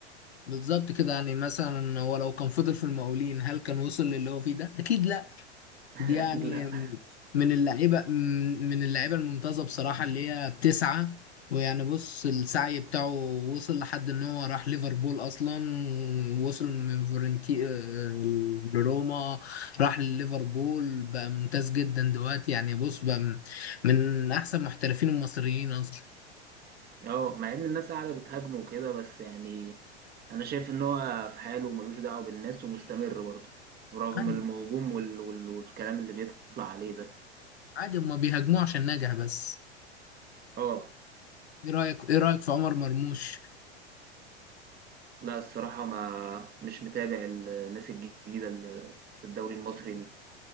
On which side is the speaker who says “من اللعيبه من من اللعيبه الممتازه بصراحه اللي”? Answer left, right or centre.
Left